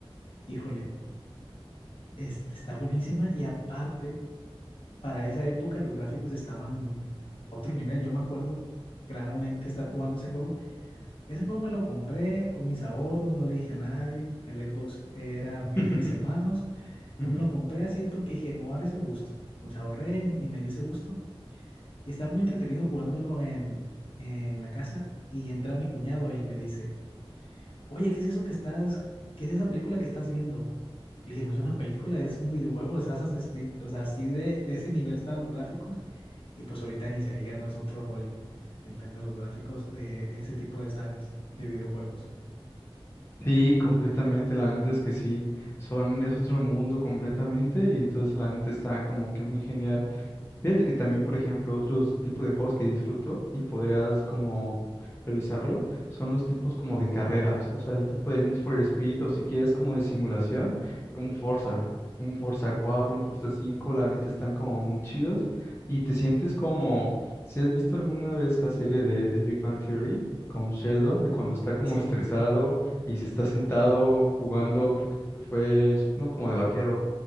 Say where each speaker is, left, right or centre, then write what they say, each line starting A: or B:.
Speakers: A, on the left; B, on the left.
A: Híjole, este, está buenísima y aparte, para esa época los gráficos estaban a otro nivel. Yo me acuerdo claramente estar jugando ese juego. Ese juego me lo compré con mis ahorros, no le dije a nadie. El Xbox era mío
B: <laughs>
A: y de mis hermanos, pero
B: Ujú.
A: me lo compré así porque dije, me voy a dar ese gusto. O sea, ahorré y me di ese gusto. Y estaba muy entretenido jugándolo en, en la casa y entra mi cuñado y me dice, oye, ¿qué es eso que estás, qué es esa película que estás viendo? Le dije, no es una película, es un videojuego, es Assassin's Creed. O sea, así de, de ese nivel estaban los gráficos y pues ahorita ni se diga, no es otro rollo el tema de los gráficos de ese tipo de sagas de videojuegos.
B: Sí, completamente, la neta es que sí, son, es otro mundo completamente y entonces la neta está como que muy genial Fíjate que también, por ejemplo, otros tipos de juegos que disfruto y podrás como revisarlo, son los tipos como de carreras, o sea, el tipo de Need for Speed o si quieres como de simulación, un Forza, un Forza cuatro, un Forza cinco, la neta están como muy chidos y te sientes como, si has visto alguna vez la serie de, de Big Bang Theory con Sheldon, de cuando está como
A: Sí,
B: estresado y se está
A: ajá.
B: sentado jugando, creo que fue es uno como de vaqueros,